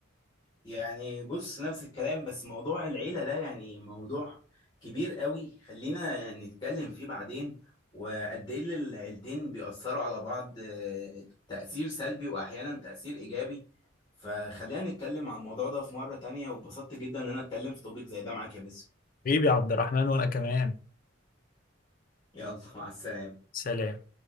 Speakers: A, on the left; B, on the left.
A: يعني بص نفس الكلام بس موضوع العيلة ده يعني موضوع كبير قوي خلينا نتكلم فيه بعدين وقد ايه اللي العيلتين بيأثروا على بعض آه، تأثير سلبي وأحيانا تأثير إيجابي فخلينا نتكلم عن الموضوع ده في مرة تانية وبسطت جدا إن أنا أتكلم في توبيك زي ده معاك يا باسم
B: حبيبي عبد الرحمن وانا كمان
A: يلا مع السلامة
B: سلام